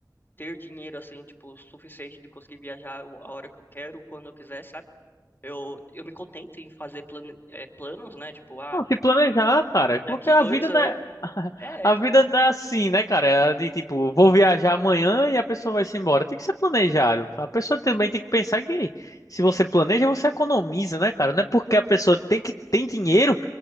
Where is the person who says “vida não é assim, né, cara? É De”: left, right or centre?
Left